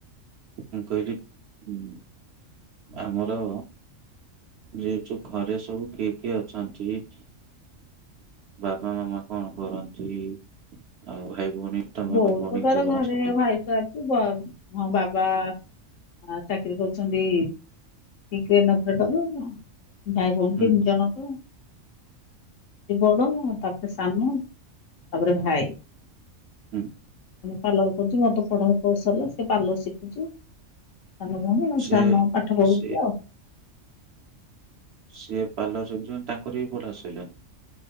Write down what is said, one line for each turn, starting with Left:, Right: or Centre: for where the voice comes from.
Right: ମୁଁ କହିଲି ଉ ଆମର ଯେ ଯୋ ଘରେ ସବୁ କିଏ କିଏ ଅଛନ୍ତି? ଏ ବାପା ମାମା କଣ କରନ୍ତି, ଆଉ ଭାଇ ଭଉଣୀ ତମେ
Left: ବହୁତ
Right: ଭାଇ ଭଉଣୀ
Left: ତାର
Right: କେତେ ଜଣ
Left: ଘରେ
Right: ଅଛନ୍ତି?
Left: ଭାଇସା ବାବ୍ ହଁ ବାବା ଚାକିରି କରୁଛନ୍ତି। କ୍ରେନ୍ ଅପରେଟର ଭାଇ ଭଉଣୀ
Right: ହୁଁ
Left: ତିନି ଜଣ କୁ ସି ବଡ଼ ତାପରେ ସାନ ତାପରେ ଭାଇ
Right: ହୁଁ।
Left: ପାର୍ଲର କରୁଛି ମତେ ପଢା କୌଶଲ ସେ ପାର୍ଲର ଶିଖୁଛି ସାନ ଭଉଣୀ
Right: ସେ
Left: ସାନ ପାଠ ପଢୁଛିି
Right: ସେ
Left: ଆଉ
Right: ସିଏ ପାର୍ଲରରେ ଜଣେ ତାଙ୍କର ବି ପଢ଼ା ସଇିଲାଣି।